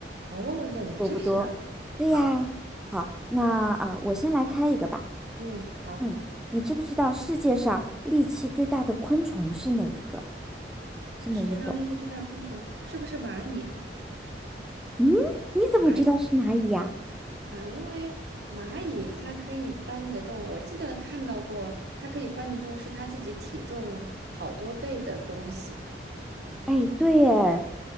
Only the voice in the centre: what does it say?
多不多？对呀。
好，那呃，我先来开一个吧。
嗯，你知不知道世界上力气最大的昆虫是哪一个？是哪一种？
嗯，你怎么知道是蚂蚁呀、
哎，对耶，